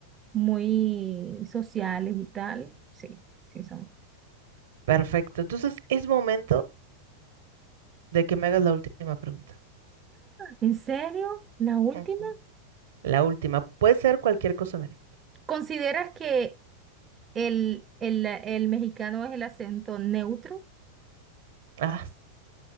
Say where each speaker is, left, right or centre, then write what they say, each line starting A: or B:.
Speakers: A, on the right; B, on the right.
A: muy sociales y tal. Sí, sí somos.
B: Perfecto. Entonces es momento de que me hagas la última pregunta.
A: ¿En serio? ¿La última?
B: Ujú. La última. Puede ser cualquier cosa, Mary.
A: ¿Consideras que el, el, el mexicano es el acento neutro?
B: Ah,